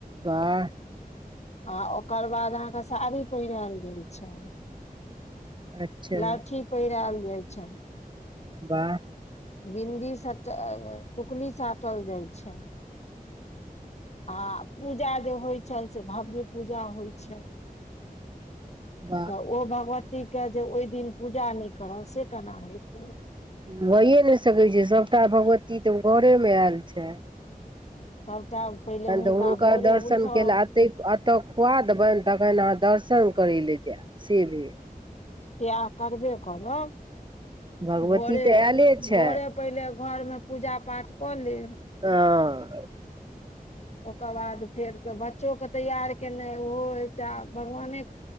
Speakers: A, on the right; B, on the left.
A: बाह
B: आ ओकर बाद अहाँक साड़ी पहिरायल जाइ छै
A: अच्छा
B: लहठी पहिराल जाइ छनि
A: बाह
B: बिन्दी साट टुकली साटल जाइ छै आ पूजा जे होइ छनि से भव्य पूजा होइ छै त
A: वाह
B: ओ भावट ठीक जे ओहि दिन पूजा नहि करब से केना हेतै
A: होइए नहि सकै छै सभटा भगवती त घरेमे आयल छै
B: सभटा पहिले
A: तहन
B: हुनका
A: त हुनकर
B: भोरे
A: दर्शन
B: उठब
A: केल एतेक त खुआ देबनि तखन अहाँ दर्शन करै लए जायब से भी
B: या करबे करब
A: <inaudible>
B: भोरे
A: तऽ आयले छै
B: भोरे पहिले घरमे पूजा पाठ क लेब
A: आ
B: ओकर बाद फेर के बच्चोके तैयार केनाइ ओहो एकटा भगवाने